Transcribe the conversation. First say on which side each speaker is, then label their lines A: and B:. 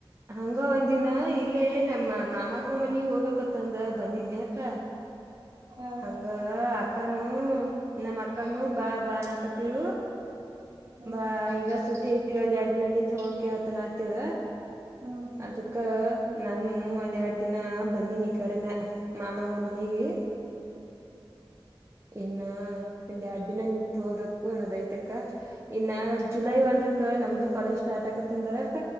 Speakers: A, on the right; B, on the right.
A: ಹಂಗ ಒಂದ ದಿನ ಇಲ್ಲೇ ನಮ್ಮ ಮಾಮ ಹ ಮನಿಗ್ ಹೋಗ್ಬೇಕತ್ತಂದ ಬಂದಿದ್ನ ಅಕ
B: ಹಾ
A: ಹಂಗ
B: ಹಾ
A: ಅಕ್ಕನುೂ ನಮ್ಮ ಅಕ್ಕನುೂ ಬಾ ಬಾ ನಕ ತಿಳ
B: ಹ್ಮ್
A: ಬಾ
B: ಹ್ಮ್
A: ಈಗ ಸುಟಿ ಐತಿ ಒಂದ್ ಎರಡು ನನತ್ ಹೋಗಿ ಕತನ ಆ ತಿಳ
B: ಹ್ಮ್ ಹ್ಮ್
A: ಅದಕ್ಕ ನಾನು ಒಂದ್ ಎರಡು ದಿನ ಬನ್ನಿನಿ ಈ ಕಡೆನ ಮಾಮಗ ಮನಿಗೆ ಎನ್ನ ಒಡು ದಿನ ನಿತ್ ಹೋಬೇಕು ಅನ್ನೋದ ಐತಕ್ಕ ಇನ್ನ ಜುಲೈ ಒಂದಕ್ಕ ನಮ್ದು ಕಾಲೇಜ್ ಸ್ಟಾರ್ಟ್ ಆಗತ್ತ ಅಂದರಕ್ಕ